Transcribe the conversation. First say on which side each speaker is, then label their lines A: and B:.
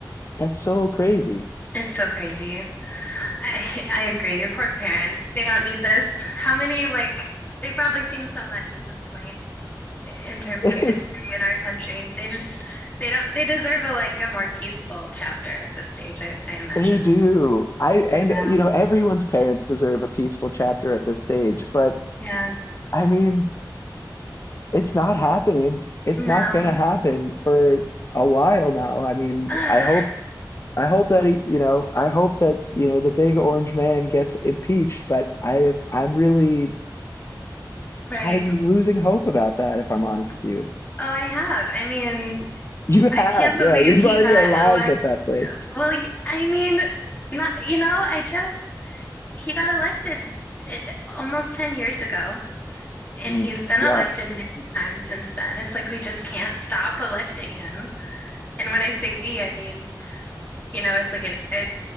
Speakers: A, on the left (about 40°); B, on the left (about 25°).
A: that's so crazy.
B: It's so crazy. I <laughs> I agree. Your poor parents, they don't need this. How many like they've probably seen so much at this point in terms
A: <laughs>
B: of history in our country. They just they don't they deserve a like a more peaceful chapter at this stage, I, I imagine.
A: They do. I and
B: Yeah.
A: you know, everyone's parents deserve a peaceful chapter at this stage, but
B: Yeah.
A: I mean, it's not happening. It's
B: No.
A: not gonna happen for a while now. I mean,
B: <sighs> Ugh,
A: I hope I hope that he, you know, I hope that, you know, the big orange man gets impeached, but I I'm really
B: right.
A: I'm losing hope about that if I'm honest with you.
B: Oh, I have. I mean,
A: You have,
B: I can't believe
A: yeah, you've
B: he
A: already
B: got
A: arrived
B: elect.
A: at that place.
B: Well, y- I mean, not, you know, I just he got elected it, almost 10 years ago. And
A: Mm,
B: he's been
A: yeah.
B: elected many times since then. It's like we just can't stop electing him. And when I say we, I mean, you know, it's like a, a